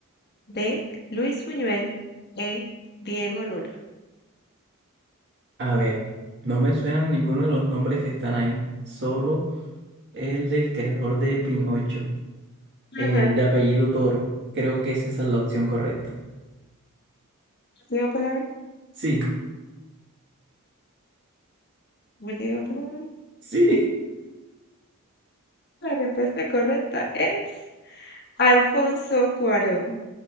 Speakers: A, on the left (about 50°); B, on the right (about 55°).
A: D. Luis Buñuel, E. Diego Luna.
B: A ver, no me suenan ninguno de los nombres que están ahí, solo el del creador de Pinocho, eh,
A: Ajá,
B: de apellido Toro. Creo que esa es la opción correcta.
A: última palabra,
B: Sí,
A: última palabra.
B: sí.
A: La respuesta correcta es Alfonso Cuarón.